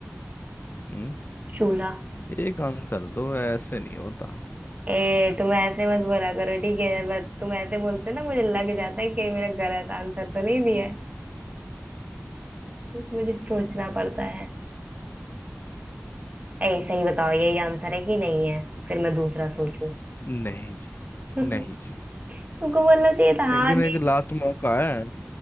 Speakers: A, on the left; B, on the right.
A: हम्म
B: चूल्हा
A: एक आंसर दो ऐसे नहीं होता
B: ए तुम ऐसे मत बोला करो ठीक है बस तुम ऐसे बोलते ना मुझे लग जाता है कि कहीं मेरा गलत आंसर तो नहीं दिया है मुझे सोचना पड़ता है ए सही बताओ यही आंसर है कि नहीं है फिर मैं दूसरा सोचूं
A: नहीं जी नहीं
B: <laughs>
A: जी
B: तुमको बोलना चाहिए था
A: लेकिन
B: हाँ
A: एक
B: जी
A: लास्ट मौका है